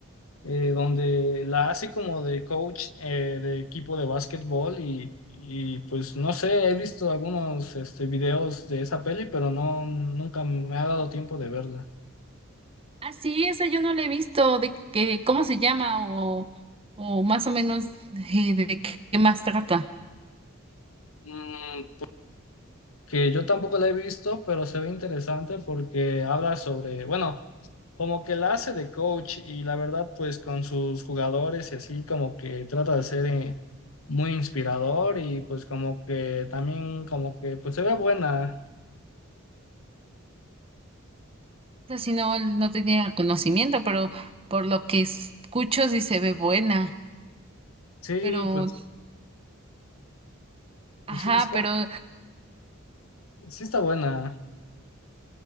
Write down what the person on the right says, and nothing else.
Ah, sí, esa yo no la he visto de que cómo se llama o, o más o menos eh, de qué qué más trata.
O sea, si no, no tenía conocimiento, pero por lo que escucho sí se ve buena.
Pero,
ajá,
pero